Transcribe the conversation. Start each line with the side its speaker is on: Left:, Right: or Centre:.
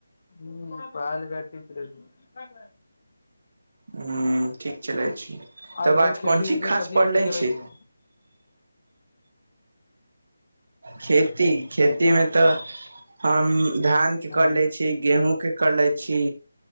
Left: हूं पढाइ लिखाइ ठीक चलै छै।
Right: हूं ठीक चलै छै।
Left: आबरै
Right: तब आज
Left: खेती
Right: कोन चीज
Left: वेती
Right: खास
Left: कथी
Right: पढ़ले
Left: कथी करै
Right: छी
Left: छै?
Right: खेती खेती मे तऽ हम धान के
Left: हूँ
Right: कर ले छी। गेेहुँ के कर लै छी